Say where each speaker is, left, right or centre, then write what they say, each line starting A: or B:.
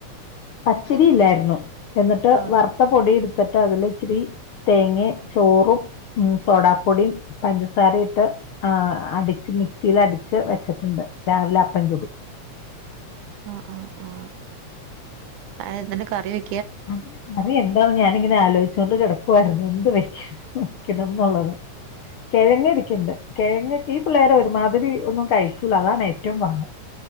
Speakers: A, on the left; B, on the right.
A: പച്ചരി ഇല്ലായിരുന്നു എന്നിട്ട്
B: ആഹ്
A: വറുത്ത പൊടി എടു ത്തിട്ട് അതിലിച്ചിരി തേങ്ങയും ചോറും സോഡാപ്പൊടിയും പഞ്ചസാരയിട്ട് ആഹ് അടിച്ച് മിക്സിയിൽ അടിച്ച് വെച്ചിട്ടുണ്ട് രാവിലെ അപ്പം ചുടും
B: അ അ ആ അതിന് എന്നാ കറി വെ
A: ഉം കറി എന്താണെന്ന് ഞാനിങ്ങനെ ആലോചിച്ചോണ്ട് കിടക്കുവാരുന്നു എന്ത് വെക്ക ണോന്നുള്ളത് കെഴങ്ങ് ഇരിക്കണ്ട് കെഴങ്ങൊക്കെ ഈ പിള്ളേര് ഒരുമാതിരി ഒന്നും കഴിക്കൂല അതാണ് ഏറ്റവും പാട്